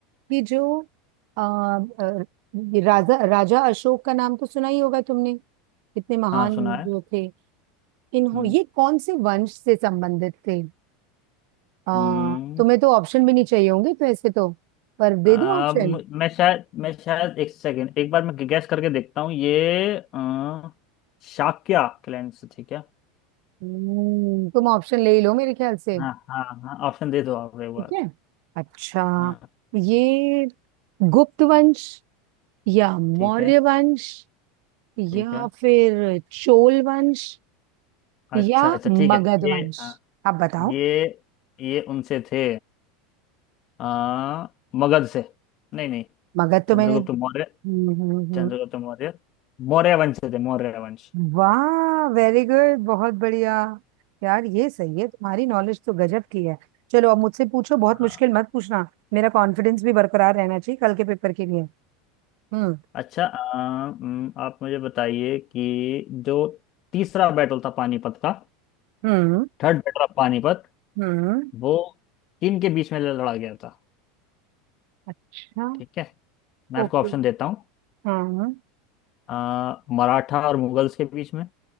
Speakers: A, on the right (about 60°); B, on the left (about 45°).
A: कि जो अ, अ, ये राजा राजा अशोक का नाम तो सुना ही होगा तुमने कितने महान
B: हाँ सुना है
A: जो थे इन्हों
B: हम्म
A: ये कौन से वंश से संबंधित थे आ,
B: हम्म
A: तुम्हें तो ऑप्शन भी नहीं चाहिए होंगे तो ऐसे तो पर दे
B: आ,
A: दो ऑप्शन
B: मु- मैं शायद मैं शायद एक सेकेंड एक बार मैं गैस करके देखता हूँ ये अ, शाक्या क्लैन से ठीक है
A: हम्म, तुम ऑप्शन ले ही लो मेरे ख्याल से
B: हाँ हाँ हाँ ऑप्शन दे दो आप एक बार
A: ठीक है अच्छा
B: हाँ
A: ये गुप्त वंश या मौर्य
B: ठीक है
A: वंश
B: ठीक
A: या
B: है
A: फिर चोल वंश
B: अच्छा
A: या
B: अच्छा ठीक है
A: मगध
B: ये
A: वंश
B: हाँ,
A: आप बताओ
B: ये ये उनसे थे आ, मगध से नहीं नहीं
A: मगध तो
B: चंद्रगुप्त
A: मैंने हम्म
B: मौर्य
A: हम्म, हम्म।
B: चंद्रगुप्त मौर्य मौर्य वंश से थे मौर्य वंश
A: वाह वेरी गुड बहुत बढ़िया यार ये सही है तुम्हारी नॉलेज तो गजब की है चलो अब मुझसे पूछो बहुत
B: हाँ
A: मुश्किल मत पूछना मेरा कॉन्फिडेंस भी बरकरार रहना चाहिए कल के पेपर के लिए हम्म
B: अच्छा आ, उम, आप मुझे बताइए कि जो तीसरा बैटल था पानीपत का
A: हम्म
B: थर्ड बैटल ऑफ पानीपत
A: हम्म
B: वो किन के बीच में ल- लड़ा गया था
A: अच्छा
B: ठीक है मैं
A: ओके
B: आपको ऑप्शन देता हूँ
A: हाँ
B: आ, मराठा और मुगल्स के बीच में